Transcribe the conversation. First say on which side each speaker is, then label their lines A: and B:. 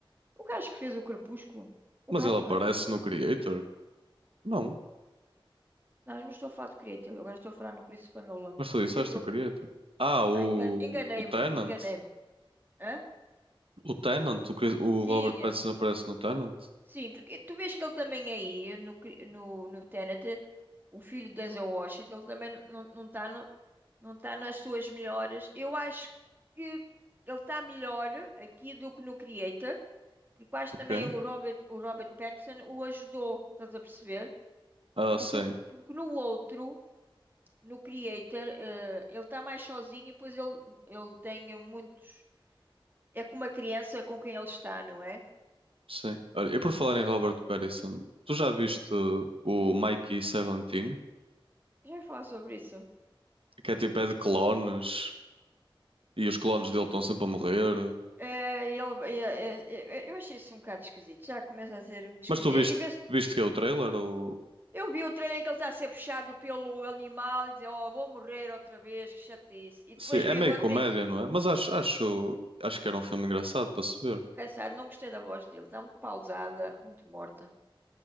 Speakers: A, on the right (about 20°); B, on the right (about 80°).
A: O gajo que fez o Crepúsculo. O
B: Mas
A: Batman.
B: ele aparece no Creator? Não.
A: Não, eu não estou a falar do Creator, agora estou a falar no Christopher Nolan.
B: Mas tu
A: Porque
B: disseste
A: é que eu.
B: o Creator. Ah, o,
A: Ah, engan- enganei-me,
B: o Tenant.
A: enganei-me. Hã?
B: O Tenant. O, Chris- o
A: Sim,
B: Robert Pattinson aparece no Tenant?
A: sim, porque tu vês que ele também é aí no, cri- no, no Tenet, o filho do Denzel Washington, ele também não, não está no, não tá nas suas melhores. Eu acho que ele está melhor aqui do que no Creator, porque eu acho
B: Ok.
A: também o Robert, o Robert Pattinson o ajudou, estás a perceber?
B: Ah,
A: Porque,
B: sim.
A: eu- porque no outro, no Creator, eh, ele está mais sozinho e depois ele, ele tem muitos. É com uma criança com quem ele está, não é?
B: Sim. Olha, e por
A: E
B: falar em
A: eh,
B: Robert Pattinson, tu já viste o Mikey 17?
A: já ia falar sobre isso.
B: Que é tipo, é de clones. E os clones dele estão sempre a morrer.
A: É, e ele, é, é, é, eu achei isso um bocado esquisito. Já começa a ser muito esquisito.
B: Mas tu viste,
A: E, e vê-se-
B: viste que é o trailer? Ou...
A: eu vi o trailer em que ele está a ser puxado pelo animal e dizer, oh, vou morrer outra vez, que chatice. E depois
B: Sim, é
A: vi
B: meio
A: outra
B: comédia,
A: em...
B: não é? Mas acho, acho, acho que era um filme engraçado para se ver.
A: Cansado, não gostei da voz dele. Está muito pausada, muito morta.